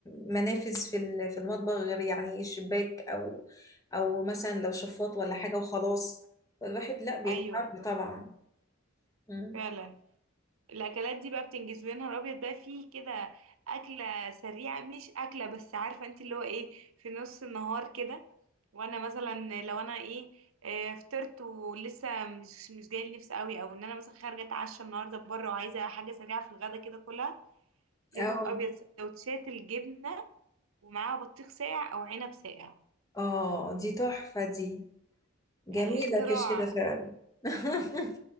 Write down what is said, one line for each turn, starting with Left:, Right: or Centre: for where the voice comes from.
Left: منافذ في ال- في المطبخ غير يعني الشباك او او مثلا لو شفاط ولا حاجة وخلاص فالواحد لا بيتعب
Right: ايوه
Left: طبعا مم.
Right: فعلا الاكلات دي بقى بتنجز يا نهار ابيض بقى فيه كده اكله سريعه مش اكله بس عارفه انت اللي هو ايه في نص النهار كده وانا مثلا لو انا ايه آه، فطرت ولسه مش مش جاي نفسي قوي او ان انا مثلا خارجه اتعشى النهارده بره وعايزه حاجه سريعه في الغدا كده كلها يا
Left: اه
Right: نهار ابيض سندوتشات الجبنه ومعاها بطيخ ساقع او عنب ساقع
Left: اه دي تحفة دي جميلة
Right: يعني اختراع
Left: في الشتاء فعلا <laughs>